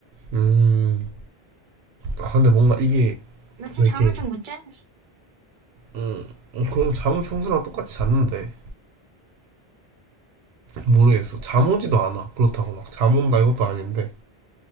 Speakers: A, on the right; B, on the right.
A: 음, 아, 근데 뭔가 이게
B: 며칠
A: 왜
B: 잠을
A: 이렇게
B: 좀 못 잤니?
A: 음, 음, 그럼 잠을 평소랑 똑같이 잤는데 모르겠어. 잠 오지도 않아. 그렇다고 막 잠 온다 이것도 아닌데